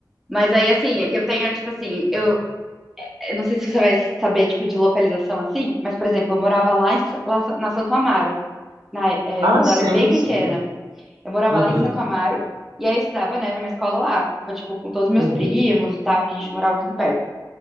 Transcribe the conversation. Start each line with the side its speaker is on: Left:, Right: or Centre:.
Centre: mas aí assim, é que eu tenho, tipo assim, eu, eu não sei se você vai saber, tipo, de localização assim, mas, por exemplo, eu morava lá, em, Sa- lá sa- na Santo Amaro, na, é,
Right: Ah,
Centre: quando
Right: sim,
Centre: eu era bem pequena.
Right: sim.
Centre: Eu morava
Right: Uhum,
Centre: lá em Santo Amaro, e aí eu estudava, né, numa escola lá, com, tipo, com todos os meus
Right: uhum.
Centre: primos e tal, que a gente morava tudo perto.